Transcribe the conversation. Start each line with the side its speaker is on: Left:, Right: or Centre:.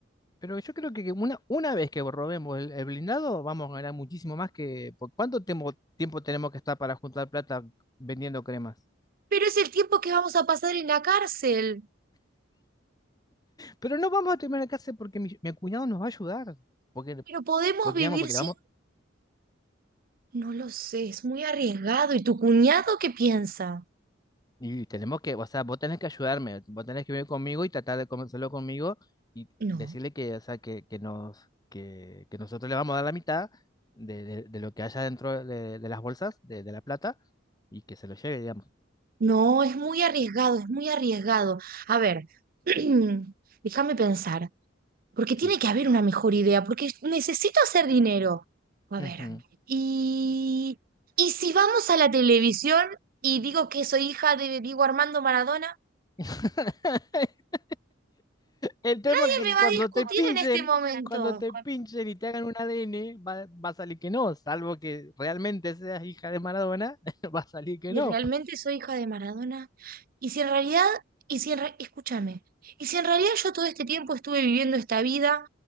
Left: Pero yo creo que una, una vez que robemos el, el blindado, vamos a ganar muchísimo más que... ¿Por cuánto tiempo, tiempo tenemos que estar para juntar plata vendiendo cremas?
Right: Pero es el tiempo que vamos a pasar en la cárcel.
Left: Pero no vamos a terminar la casa porque mi, mi cuñado nos va a ayudar. Porque,
Right: Pero podemos
Left: porque,
Right: vivir
Left: vamos, porque
Right: sin...
Left: le vamos
Right: No lo sé, es muy arriesgado. ¿Y tu cuñado qué piensa?
Left: Y tenemos que, o sea, vos tenés que ayudarme, vos tenés que venir conmigo y tratar de convencerlo conmigo y
Right: No,
Left: decirle que, o sea, que, que nos, que, que nosotros le vamos a dar la mitad de, de- de lo que haya dentro de, de las bolsas, de, de la plata, y que se lo lleve, digamos.
Right: no, es muy arriesgado, es muy arriesgado. A ver, <clears throat> déjame pensar, porque tiene
Left: Sí.
Right: que haber una mejor idea, porque necesito hacer dinero. A ver,
Left: Ujú.
Right: y, y si vamos a la televisión y digo que soy hija de Diego Armando Maradona,
Left: <laughs> El tema
Right: nadie
Left: es que
Right: me va
Left: cuando
Right: a discutir
Left: te pinchen,
Right: en este momento.
Left: cuando te pinchen y te hagan un ADN, va, va a salir que no, salvo que realmente seas hija de Maradona, <laughs> va a salir que
Right: si
Left: no.
Right: realmente soy hija de Maradona, y si en realidad, y si en re- escúchame, y si en realidad yo todo este tiempo estuve viviendo esta vida